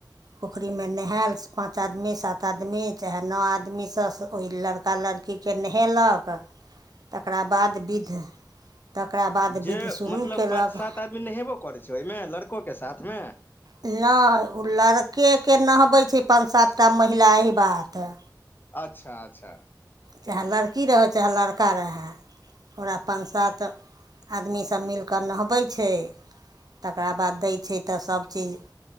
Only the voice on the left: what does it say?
ह
जे
मतलब
पाँच सात आदमी नहेबो करै छै, ओहिमे लड़को के साथ मे
अच्छा, अच्छा